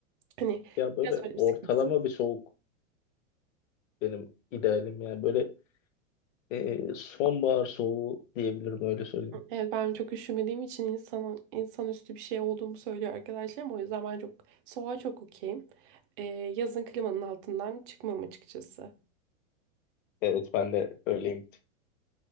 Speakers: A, on the right; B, on the left.
A: Hani
B: Ya böyle
A: biraz öyle bir
B: ortalama
A: sıkıntı.
B: bir soğuk benim idealim yani. Böyle e, sonbahar soğuğu diyebilirim öyle söyleyeyim.
A: Evet ben çok üşümediğim için insan, insanüstü bir şey olduğumu söylüyor arkadaşlarım. O yüzden ben çok soğuğa çok okeyim. E, yazın klimanın altından çıkmam açıkçası.
B: Evet ben de öyleyim.